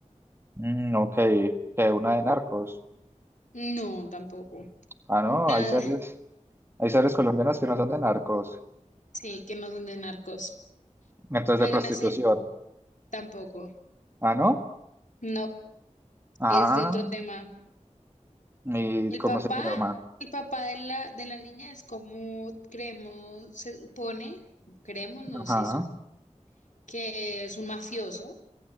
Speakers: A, on the right; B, on the left.
A: Mm, ok, que una de narcos.
B: No, tampoco.
A: Ah, no,
B: Nada,
A: hay series, hay series colombianas que no son de narcos,
B: sí, que no son de narcos.
A: entonces
B: Hay
A: de prostitución.
B: una serie, tampoco.
A: Ah, no,
B: No,
A: ah,
B: es de otro tema.
A: ¿y
B: El
A: cómo
B: papá,
A: se llama?
B: el papá de la, de la niña es como creemos, se supone, creemos, no
A: Ajá,
B: sé, sup- que es un mafioso,